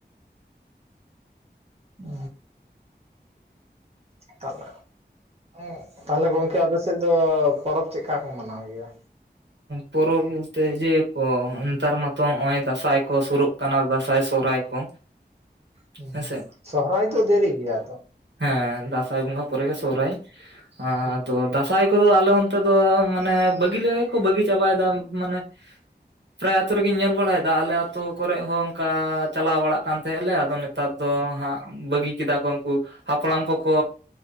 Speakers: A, on the right; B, on the right.
A: ᱦ ᱛᱟᱦᱞᱮ <unintelligible> ᱦ ᱛᱟᱦᱞᱮ ᱜᱚᱝᱠᱮ ᱟᱯᱮ ᱥᱮᱫ ᱫᱚ ᱯᱚᱨᱚᱵᱽ ᱪᱮᱫᱠᱟ ᱠᱚ ᱢᱟᱱᱟᱣ ᱜᱮᱭᱟ
B: ᱯᱚᱨᱚᱵᱽ ᱵᱚᱞᱛᱮ ᱡᱮ ᱠᱚ ᱱᱮᱛᱟᱨ ᱢᱟᱛᱚ ᱱᱚᱜᱼᱚᱭ ᱫᱟᱸᱥᱟᱭ ᱠᱚ ᱥᱩᱨᱩᱜ ᱠᱟᱱᱟ ᱫᱥᱟᱭ ᱥᱚᱵᱦᱟᱭ ᱠᱚ
A: ᱦᱸ
B: ᱦᱮᱸᱥᱮ
A: ᱥᱚᱨᱚᱦᱨᱟᱭ ᱫᱚ ᱫᱮᱨᱤ ᱜᱮᱭᱟ ᱛᱚ
B: ᱦᱮᱸ ᱫᱟᱸᱥᱟᱭ ᱵᱚᱸᱜᱟ ᱯᱚᱨᱮ ᱜᱮ ᱥᱚᱨᱚᱦᱨᱟᱭ ᱟᱫᱚ
A: ᱦᱩᱸ
B: ᱫᱟᱸᱥᱟᱭ ᱠᱚᱫᱚ ᱟᱞᱮ ᱚᱱᱛᱮ ᱫᱚ ᱢᱟᱱᱮ ᱵᱟᱹᱜᱤ ᱠᱚ ᱵᱟᱹᱜᱤ ᱪᱟᱵᱟᱭᱮᱫᱟ ᱢᱟᱱᱮ ᱯᱨᱟᱭ ᱟᱛᱳ ᱨᱮᱜᱮᱧ ᱧᱮᱞ ᱵᱟᱲᱟᱭᱮᱫᱟ ᱟᱞᱮ ᱟᱹᱛᱩ ᱠᱚᱨᱮ ᱦᱚᱸ ᱚᱱᱠᱟ ᱪᱟᱞᱟᱣ ᱵᱟᱲᱟᱜ ᱠᱟᱱ ᱛᱟᱦᱮᱸᱞᱮ ᱟᱫᱚ ᱱᱮᱛᱟᱨ ᱫᱚ ᱦᱟᱸᱜ ᱵᱟᱹᱜᱤ ᱠᱮᱫᱟ ᱠᱚ ᱩᱱᱠᱩ ᱦᱟᱯᱲᱟᱢ ᱠᱚᱠᱚ